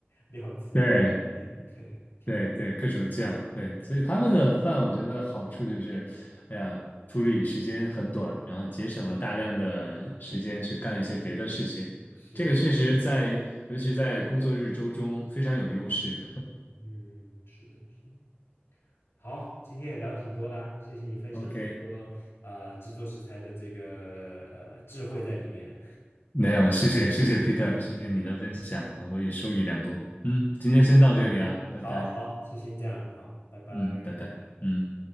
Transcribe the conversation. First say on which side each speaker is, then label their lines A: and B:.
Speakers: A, on the left; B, on the left.
A: 料自己，
B: 对，
A: <laughs> 对，挺不错的，
B: 对对，各种酱，对，所以他们的饭我觉得好处就是，哎呀，处理时间很短，
A: 挺
B: 然后节省了大量的时间去干一些别的事情，
A: 是，
B: 这个确实在，尤其在工作日周中非常有优势。
A: 嗯，是的，是的。好，今天也聊挺多啦，谢谢你分享这么多呃制作食材的这个呃智慧在里面。
B: OK，没有，谢谢谢谢 Peter，谢谢你的分享啊，我也受益良多。嗯，今天先到这里啊，拜拜。
A: 好好，就先这样，好，拜拜。
B: 嗯，拜拜。嗯。